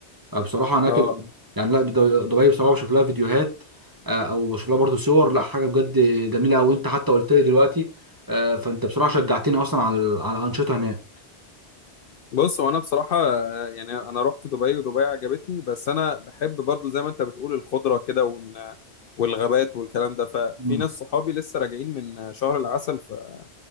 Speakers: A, on the right; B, on the left.
A: آه، بصراحه هناك
B: اه
A: ال- يعني لا دب- دبي بصراحه بشوف لها فيديوهات آه، او بشوف لها برضو صور لا حاجه بجد جميله قوي انت حتى قلت لي دلوقتي آه، فانت بصراحه شجعتني اصلا على ال- على الانشطه هناك
B: بص هو انا بصراحه آه، يعني انا رحت دبي ودبي عجبتني بس انا بحب برضو زي ما انت بتقول الخضره كده وال- والغابات والكلام ده ففي
A: مم.
B: ناس صحابي لسه راجعين من آه، شهر العسل في